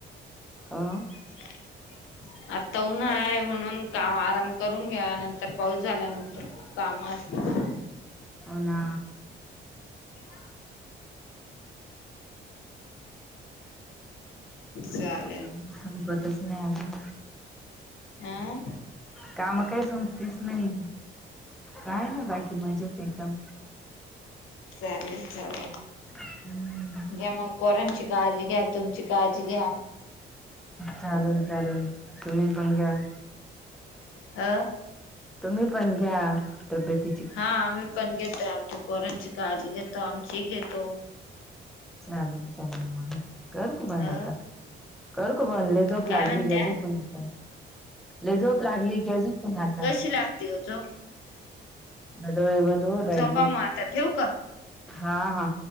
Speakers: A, in the centre; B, on the left (about 85°).
A: अं
B: <inaudible> आता उन्हाळा आहे म्हणून काम आराम करून घ्या नंतर पाऊस झाल्यानंतर काम असत.
A: होना
B: हम् सर
A: ह संपतच नाही अजून.
B: हं
A: काम काय संपतेच नाही काय ना बाकी मजेत एकदम.
B: चालेल चालेल.
A: हम्म
B: घ्या मग पोरांची काळजी घ्या तुमची काळजी घ्या.
A: चालेल चालेल तुम्ही पण घ्या.
B: अ
A: तुम्ही पण घ्या तब्यती
B: हा आम्ही पण घेतोय आमच्या पोरांची काळजी घेतो आमची घेतो.
A: चालल चाल म. करु बंद
B: अ
A: आता करू का बंद ली झोप
B: काय
A: लागली
B: म्हणत्या
A: घ्या झोपून आता. लई झोप लागली घ्या झोपून आता.
B: लागते हो. च
A: डोळे बंद होऊ राहिले.
B: झोपा मग आता ठेवू का
A: हा हा